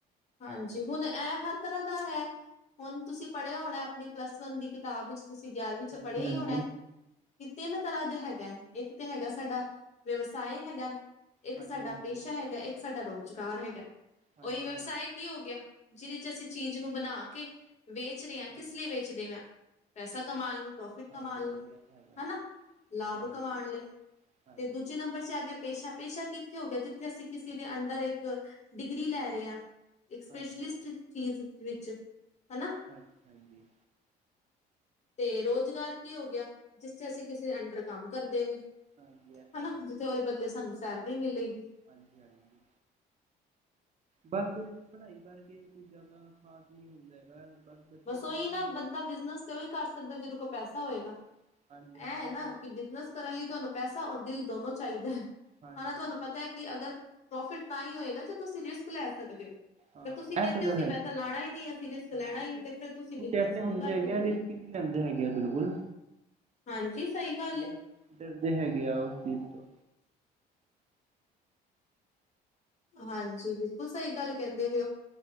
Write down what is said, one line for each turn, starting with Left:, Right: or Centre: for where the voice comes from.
Left: ਹਾਂਜੀ ਹੁਣ ਐ ਹਰ ਤਰ੍ਹਾਂ ਦਾ ਹੈ ਹੁਣ ਤੁਸੀਂ ਪੜ੍ਹਿਆ ਹੋਣਾ ਆਪਣੀ ਪਲੱਸ-ਵਨ ਦੀ ਕਿਤਾਬ ਵਿੱਚ ਤੁਸੀਂ ਗਿਆਰਵੀਂ 'ਚ
Right: ਹਾਂਜੀ-ਹਾਂਜੀ,
Left: ਪੜ੍ਹਿਆ ਈ ਹੋਣਾ। ਕਿ ਤਿੰਨ ਤਰ੍ਹਾਂ ਦੇ ਹੈਗਾ ਇੱਕ ਤੇ ਹੈਗਾ ਸਾਡਾ ਵਿਵਸਾਏ ਹੈਗਾ। ਇੱਕ
Right: ਹਾਂਜੀ-ਹਾਂਜੀ,
Left: ਸਾਡਾ ਪੇਸ਼ਾ ਹੈਗਾ ਇੱਕ ਸਾਡਾ ਰੁਜ਼ਗਾਰ ਹੈਗਾ
Right: ਹਾਂਜੀ-ਹਾਂਜੀ,
Left: ਉਹੀ ਵਿਵਸਾਏ ਕੀ ਹੋ ਗਿਆ, ਜਿਹਦੇ ਚ ਅਸੀਂ ਚੀਜ਼ ਨੂੰ ਬਣਾ ਕੇ, ਵੇਚ ਰਹੇ ਆ
Right: ਹਾਂਜੀ,
Left: ਕਿਸ ਲਈ ਵੇਚ ਪੁੱਛ ਦੇ ਵਾਂ, ਪੈਸਾ ਕਮਾਉਣ ਨੂੰ। ਪ੍ਰੋਫਿਟ
Right: ਹਾਂਜੀ-ਹਾਂਜੀ
Left: ਕਮਾਉਣ ਲਈ,
Right: ਇਹ ਤਾਂ ਹੈਗਾ
Left: ਹਨਾ, ਲਾਭ
Right: ਹਾਂਜੀ,
Left: ਕਮਾਉਣ ਲਈ,
Right: ਹਾਂਜੀ।
Left: ਤੇ ਦੂਜੇ ਨੰਬਰ ਚ ਆ ਗਿਆ ਪੇਸ਼ਾ-ਪੇਸ਼ਾ ਕਿੱਥੇ ਹੋ ਗਿਆ ਜਿੱਥੇ ਅਸੀਂ ਕਿਸੇ ਦੇ ਅੰਡਰ ਇੱਕ, ਡਿਗਰੀ ਲੈ ਰਹੇ ਆ। ਇੱਕ ਸਪੈਸ਼ਲਿਸਟ
Right: ਹਾਂਜੀ
Left: ਚੀਜ਼ ਵਿੱਚ ਹਨਾ।
Right: ਅੱਛਾਾਂ ਜੀ।
Left: <inaudible> ਤੇ ਰੁਜ਼ਗਾਰ ਕੀ ਹੋ ਗਿਆ ਜਿਸਥ ਅਸੀਂ ਕਿਸੇ ਦੇ ਅੰਡਰ ਕੰਮ ਕਰਦੇ ਵੇ।
Right: ਹਾਂਜੀ ਇਹ ਤਾਂ
Left: ਹਨਾ ਜਿੱਥੇ ਉਹਦੇ ਬਦਲੇ ਸਾਨੂੰ ਸੈਲਰੀ ਮਿਲੇਗੀ।
Right: ਹਾਂਜੀ-ਹਾਂਜੀ। ਬਸ ਪੜ੍ਹਾਈ ਕਰਕੇ ਵੀ ਕੁਝ ਜ਼ਿਆਦਾ ਖਾਸ ਕੀ ਹੁੰਦਾ ਹੈਗਾ ਏ ਬਸ। ਬੱਚੇ
Left: ਬਸ
Right: ਦਾ
Left: ਉਹੀ
Right: ਮਨ
Left: ਨਾ
Right: ਹੁੰਦਾ
Left: ਬੰਦਾ
Right: ਕਿ
Left: ਬਿਜਨਸ ਤੇ ਉਹੀ ਕਰ ਸਕਦਾ ਜਿਹਦੇ ਕੋਲ ਪੈਸਾ ਹੋਏਗਾ।
Right: ਹਾਂਜੀ ਹਾਂਜੀ
Left: ਇਹ
Right: ਹਾਂਜੀ
Left: ਨਾ
Right: ਤਾਂ ਬਿਲਕੁਲ
Left: ਕਿ ਬਿਜਨਸ
Right: ਸਹੀ ਗੱਲ
Left: ਕਰਨ
Right: ਹੈ।
Left: ਲਈ ਤੁਹਾਨੂੰ ਪੈਸਾ ਔਰ ਦਿਲ ਦੋਨੋ ਚਾਹੀਦਾ,
Right: ਹਾਂਜੀ
Left: ਹਨਾ ਤੁਹਾਨੂੰ ਪਤਾ ਹੈ ਕਿ ਕਿ ਅਗਰ, ਪ੍ਰੋਫਿਟ ਤਾਂ ਈ ਹੋਏਗਾ ਜੇ ਤੁਸੀਂ ਰਿਸਕ ਲੈ ਸਕਦੇ ਓ।
Right: ਹਾਂ
Left: ਅਗਰ ਤੁਸੀਂ ਕਹਿੰਦੇ
Right: ਇਹ ਤਾਂ
Left: ਹੋ
Right: ਗੱਲ
Left: ਅਸੀਂ
Right: ਹੈਗੀ
Left: ਪੈਸਾ ਲਾਣਾ ਈ ਨੀ, ਅਸੀਂ ਰਿਸਕ ਲੈਣਾ
Right: ਹਾਂਜੀ
Left: ਈ ਨਈਂ
Right: ਕੁਛ
Left: ਤੇ ਫਿਰ ਤੁਸੀਂ
Right: ਕੁਛ
Left: ਬਿਜਨਸ
Right: ਐਸੇ ਹੁੰਦੇ
Left: ਨਈਂ ਕਰ ਸਕਦੇ।
Right: ਹੈਗੇ ਆ ਰਿਸਕ ਨਹੀਂ ਲੈਂਦੇ ਹੈਗੇ ਆ ਬਿਲਕੁਲ।
Left: ਹਾਂਜੀ, ਸਹੀ ਗੱਲ ਐ।
Right: ਡਰ ਡਰਦੇ ਹੈਗੇ ਆ ਉਸ ਚੀਜ਼ ਤੋਂ।
Left: ਹਾਂਜੀ, ਬਿਲਕੁਲ ਸਹੀ ਗੱਲ ਕਹਿੰਦੇ ਵੇ ਓ।